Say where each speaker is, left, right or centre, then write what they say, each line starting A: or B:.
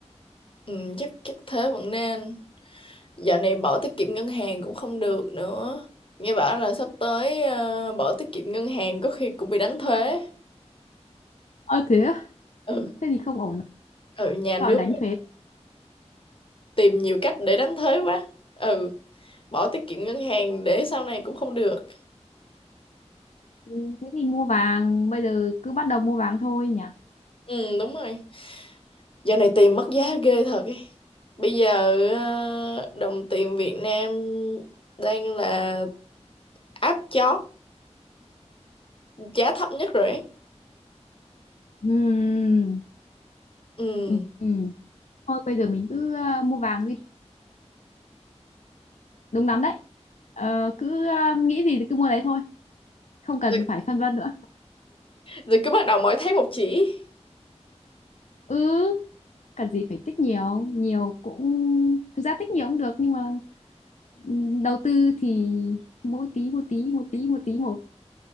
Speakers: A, on the left; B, on the left.
A: ừ chắc chắc thế vẫn nên dạo này bỏ tiết kiệm ngân hàng cũng không được nữa nghe bảo là sắp tới ờ, bỏ tiết kiệm ngân hàng có khi cũng bị đánh thuế
B: ơ thế á?
A: ừ
B: thế thì không ổn
A: ừ nhà nước
B: rồi đánh thuế
A: tìm nhiều cách để đánh thuế quá ừ bỏ tiết kiệm ngân hàng để sau này cũng không được
B: Ừ, Thế thì mua vàng bây giờ cứ bắt đầu mua vàng thôi nhỉ
A: ừ đúng rồi giờ này tiền mất giá ghê thật ấy bây giờ ờ, đồng tiền Việt Nam đang là áp chót giá thấp nhất rồi ấy
B: Ừm,
A: ừ
B: ừ ừm. Thôi bây giờ mình cứ ờ, mua vàng đi đúng lắm đấy Ờ, cứ ờ, nghĩ gì thì cứ mua đấy thôi không cần
A: rồi,
B: phải phân vân nữa
A: rồi cứ bắt đầu mỗi tháng một chỉ
B: ừ cần gì phải tích nhiều nhiều cũng thực ra tích nhiều cũng được nhưng mà ừm, đầu tư thì mỗi tí một tí một tí một tí một